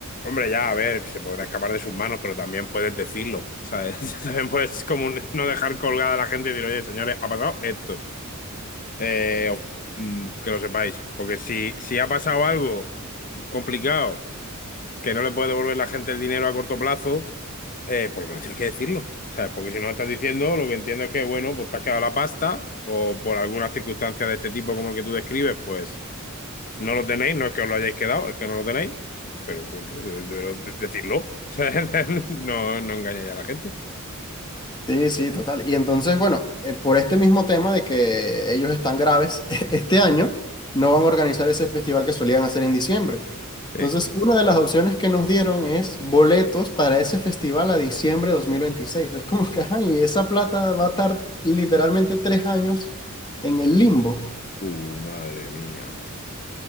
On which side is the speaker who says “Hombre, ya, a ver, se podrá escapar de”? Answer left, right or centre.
Left